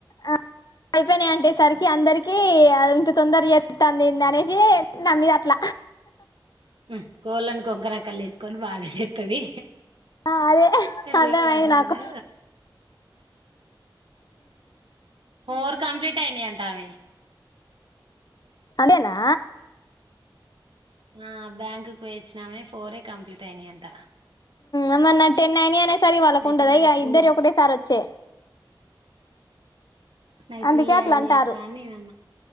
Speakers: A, on the left (about 55°); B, on the right (about 85°).
A: అ అయితె నేనంటే సరికి అందరికి ఇంత తొందర చెప్తాంది ఏంది అనేసి నామీద అట్ల
B: హ్మ్ కోళ్ళని, కొంకనక్కలు ఎసుకొని బాగానే చెత్తది
A: ఆ అదే అర్థమైంది
B: రికార్డులలో
A: నాకు
B: ఫోర్ కంప్లీట్ అయినయ నావి
A: అదేనా
B: ఆ బ్యాంకుకు వచ్చినామే ఫోరె కంప్లీట్ అయినా అంట
A: ఆ మళ్ళ టెన్ అయినయి అనే సారికి వాళ్ళకు
B: అయితే
A: ఉండదు
B: నాయి
A: ఇగా
B: త్రీయే
A: ఇద్దరియి ఒకటే సారి వచ్చే
B: నాయి
A: అందుకే
B: త్రీయే
A: అట్లా
B: అయినాయి
A: అంటార్రు
B: అక్క అని నేను